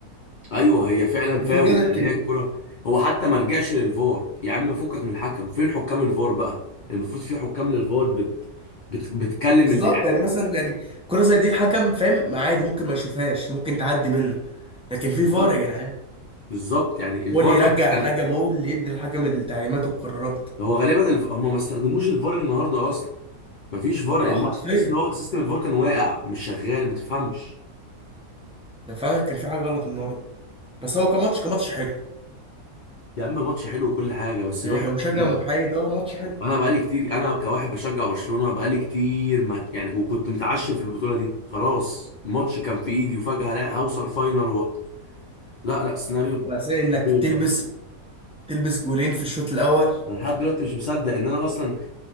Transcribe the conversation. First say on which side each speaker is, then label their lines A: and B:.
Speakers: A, on the left; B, in the centre.
A: ايوه هي فعلا
B: يعني
A: فاول
B: في جدل
A: يعني
B: كبير
A: هي الكرة هو حتى ما رجعش للفار يا عم فكك من الحكم فين حكام الفار بقى المفروض في حكام للفار بت... بت... بتكلم
B: بالظبط
A: اللي يعني
B: يعني مثلا يعني كرة زي دي الحكم فاهم عادي ممكن ما يشوفهاش ممكن تعدي منه لكن في
A: بالظبط
B: فار يا جدعان
A: بالظبط يعني الفار
B: هو اللي
A: ما
B: يرجع
A: رجع-
B: الحكم
A: انا
B: هو اللي يدي الحكم التعليمات والقرارات
A: هو غالبا الف... هم ما استخدموش الفار النهارده اصلا ما فيش فار
B: اه
A: الماتش
B: حرفيا
A: تحس ان هو سيستم الفار كان واقع مش شغال ما تفهمش
B: ده فعلا كان في حاجة غلط النهارده بس هو كماتش كماتش حلو
A: يا عم ماتش حلو وكل حاجه بس
B: يعني
A: الواحد
B: كمشجع
A: حزين
B: محايد اه ماتش حلو
A: انا بقالي كتير انا كواحد بشجع برشلونة بقالي كتير ما يعني وكنت متعشم في البطولة دي خلاص الماتش كان في ايدي وفجأة لا هوصل فاينل و... لا لا سيناريو
B: بس انك
A: سيناريو
B: تلبس
A: صعب
B: تلبس جولين في الشوط الاول
A: انا لحد دلوقتي مش مصدق ان انا اصلا ان